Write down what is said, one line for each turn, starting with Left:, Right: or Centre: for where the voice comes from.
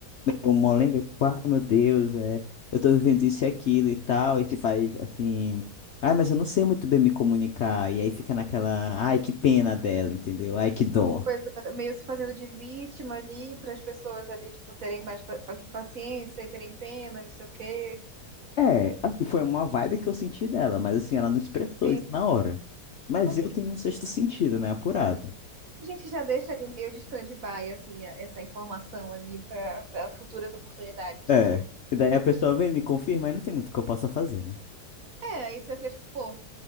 Left: o molenga, tipo, ai meu Deus, é, eu tô vivendo isso e aquilo e tal, e se faz assim, ai, mas eu não sei muito bem me comunicar, e aí fica naquela, ai, que pena dela, entendeu? Ai, que dó.
Right: coisa meio se fazendo de vítima ali, para as pessoas ali, tipo, terem mais pa- pa- paciência e terem pena, e não sei o quê.
Left: É, assim, foi uma vibe que eu senti dela, mas assim, ela não expressou
Right: Sim.
Left: isso na hora. Mas
Right: A
Left: eu tenho um sexto sentido, né? Apurado.
Right: gente já deixa ali meio de stand-by, assim, a- essa informação ali para para futuras oportunidades.
Left: É.
Right: <laughs>
Left: E daí a pessoa vem, me confirma, aí não tem muito que eu possa fazer, né?
Right: É, aí tu já fica tipo, pô,